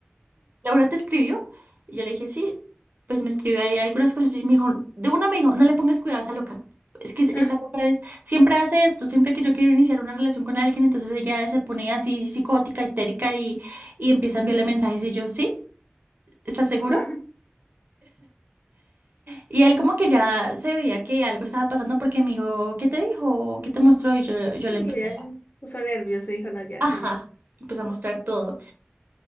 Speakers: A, on the right; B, on the left.
A: Laura te escribió. Y yo le dije, sí, pues me escribió ahí algunas cosas. Y me dijo, de una me dijo, no le pongas cuidado a esa loca. Es que es-
B: Ah,
A: esa loca es, siempre hace esto, siempre que yo quiero iniciar una relación con alguien, entonces ella se pone así psicótica, histérica y, y empieza a enviarle mensajes. Y yo, sí, ¿estás seguro?
B: <laughs>
A: Y él como que ya se veía que algo estaba pasando porque me dijo, ¿qué te dijo? ¿Qué te mostró? Y yo, yo
B: y
A: le empecé,
B: ya puso nervioso y dijo, no, ya
A: ajá,
B: se me...
A: empecé a mostrar todo.